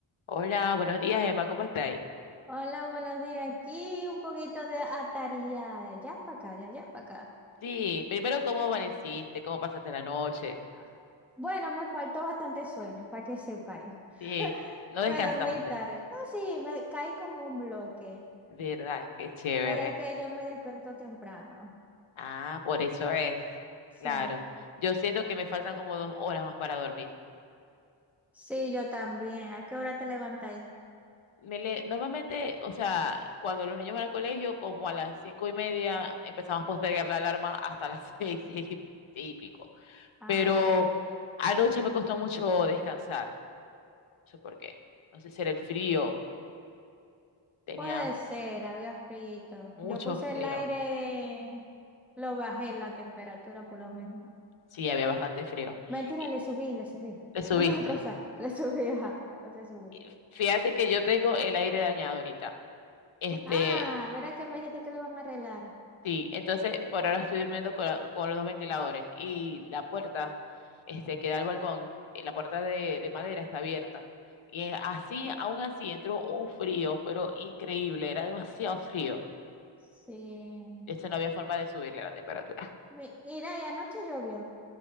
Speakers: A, on the left; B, in the centre.
A: Hola, buenos días, Emma, ¿cómo estáis?
B: Hola, buenos días. Aquí un poquito de ataría de allá para acá, de allá para acá.
A: Sí, primero, ¿cómo amaneciste? ¿Cómo pasaste la noche?
B: Ah. Bueno, me faltó bastante sueño, para que sepáis.
A: Sí,
B: <laughs>
A: no descansaste.
B: Me dormí tarde. No, sí, me caí como un bloque,
A: ¿Verdad? Qué chévere.
B: pero es que yo me despierto temprano.
A: Ah, por eso es.
B: Sí,
A: Claro. Yo siento que me faltan como dos horas más para dormir.
B: sí, yo también. ¿A qué hora te levantáis?
A: Me le- Normalmente, o sea, cuando los niños van al colegio, como a las cinco y media, empezamos a postergar la alarma hasta las <laughs> seis, seis y y pico.
B: Ah,
A: Pero
B: ya.
A: anoche me costó mucho descansar. No sé por qué. No sé si era el frío. Tenía
B: Puede ser, había frito.
A: Mucho
B: Yo puse
A: frío.
B: el aire, lo bajé la temperatura por lo menos.
A: Sí, había bastante frío.
B: Mentira,
A: Y
B: le subí, le subí.
A: te subiste.
B: <laughs> La cosa, le subí, ajá, la cosa le subí.
A: Y Fíjate que yo tengo el aire dañado ahorita. Este,
B: Ah, ¿verdad que me dijiste que lo iban a arreglar?
A: sí, entonces por ahora estoy durmiendo con, la- con los dos ventiladores y la puerta, este, que da al balcón, eh, la puerta de, de madera está abierta. Y eh, así, aún así, entró un frío, pero increíble, era demasiado frío.
B: Sí.
A: Eso no había forma de subirle la temperatura.
B: Mi- Mira, y anoche llovió.